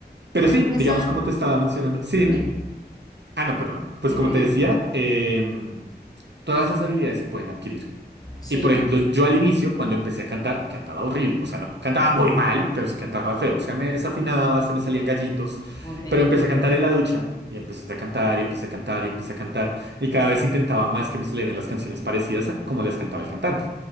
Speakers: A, on the right; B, on the left.
A: Pero sí,
B: Empezar.
A: digamos como te estaba mencionando. Sí, dime.
B: Sí,
A: Ah, no, perdón. Pues
B: Dime,
A: como
B: dime.
A: te decía, em, todas las habilidades se pueden adquirir.
B: Sí,
A: Y por ejemplo, yo al inicio, cuando empecé a cantar, cantaba horrible. O sea, no cantaba muy mal, pero sí cantaba feo. O sea, me desafinaba, se me salían gallitos.
B: ok.
A: Pero empecé a cantar en la ducha. Y empecé a cantar, y empecé a cantar, y empecé a cantar. Y cada vez intentaba más que me salieran las canciones parecidas a como las cantaba el cantante.